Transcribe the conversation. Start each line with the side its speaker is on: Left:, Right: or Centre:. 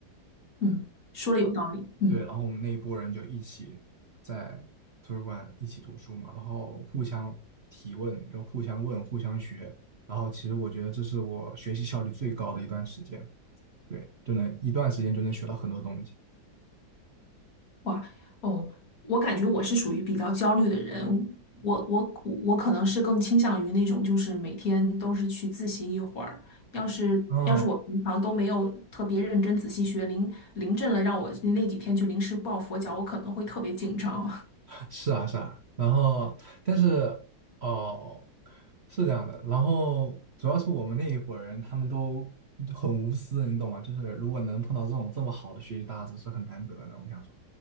Left: <laughs> 嗯，说的有道理。嗯。
Right: 对，然后我们那一波人就一起在图书馆一起读书嘛，然后互相提问，就互相问，互相学。然后其实我觉得这是我学习效率最高的一段时间。对，就能一段时间就能学到很多东西。
Left: 哇，哦，我感觉我是属于比较焦虑的人，我我我可能是更倾向于那种，就是每天都是去自习一会儿。要是要是我平常都没有特别认真仔细学，
Right: 嗯，
Left: 临临阵了让我那几天去临时抱佛脚，我可能会特别紧张。
Right: 是啊，是啊。然后，但是哦，是这样的。然后主要是我们那一伙人，他们都很无私，你懂吗？就是如果能碰到这种这么好的学习搭子是很难得的。我想说，